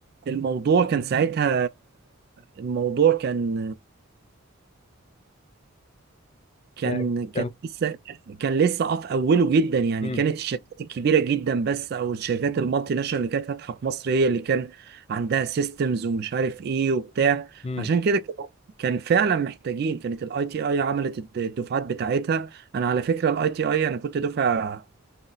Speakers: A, on the right; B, on the left.
A: الموضوع كان ساعتها الموضوع كان كان
B: آه،
A: كان
B: كان
A: لسه كان لسه في اوله جدا يعني
B: امم
A: كانت الشركات الكبيره جدا بس او الشركات المالتي ناشونال اللي كانت فاتحه في مصر هي اللي كان عندها سيستمز ومش عارف ايه وبتاع
B: امم
A: عشان كده كان كان فعلا محتاجين كانت الاي تي اي عملت الد- الدفعات بتاعتها انا على فكره الاي تي اي انا كنت دفعه